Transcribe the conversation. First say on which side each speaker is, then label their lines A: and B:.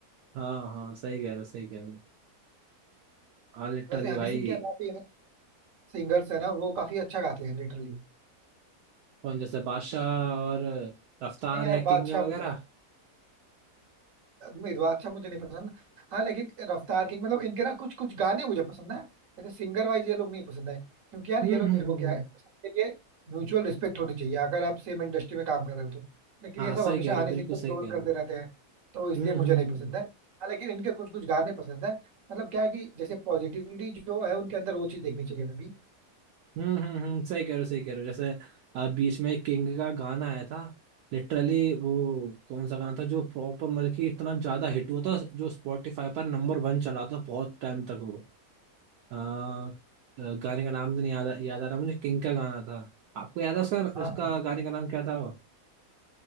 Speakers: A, on the right; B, on the right.
A: हाँ हाँ सही कह रहे हो सही कह रहे हो हाँ लिटरली
B: वैसे हनी
A: भाई
B: सिंह के अलावा भी यार सिंगर्स है ना वो काफी अच्छा गाते हैं लिटरली
A: कौन जैसे बादशाह और रफ्तार
B: नहीं यार
A: या
B: बादशाह
A: किंग वगैरह
B: मुझे मिर्वा अच्छा मुझे नहीं पसंद हाँ लेकिन रफ्तार किंग मतलब इनके ना कुछ कुछ गाने मुझे पसंद है जैसे सिंगर वाइज ये लोग नहीं पसंद है क्योंकि यार
A: हम्म
B: ये लोग
A: हम्म
B: देखो
A: हम्म
B: क्या
A: हम्म।
B: है सबके लिए म्यूचुअल रिस्पेक्ट होनी चाहिए अगर आप सेम इंडस्ट्री में काम कर रहे हो तो लेकिन
A: हाँ
B: ये सब
A: सही
B: हमेशा
A: कह रहे
B: हनी
A: हो बिल्कुल
B: सिंह को
A: सही
B: ट्रोल
A: कह
B: करते
A: रहे हो
B: रहते हैं तो इसलिए
A: हम्म
B: मुझे
A: हम्म
B: नहीं
A: हम्म
B: पसंद है हाँ लेकिन इनके कुछ कुछ गाने पसंद है मतलब क्या है कि जैसे पॉजिटिविटी जो है उनके अंदर वो चीज देखनी चाहिए हमें भी
A: हम्म हम्म हम्म, सही कह रहे हो सही कह रहे हो जैसे अ, बीच में एक किंग का गाना आया था लिटरली वो कौन सा गाना था जो प्रॉपर मतलब कि इतना ज्यादा हिट हुआ था जो स्पॉटिफाई पर नंबर वन चला था बहुत टाइम तक वो अ, अ, गाने का नाम तो नहीं याद याद आ रहा मुझे किंग का गाना था आपको याद है उसका
B: हाँ
A: उसका
B: हाँ
A: गाने का नाम क्या था वो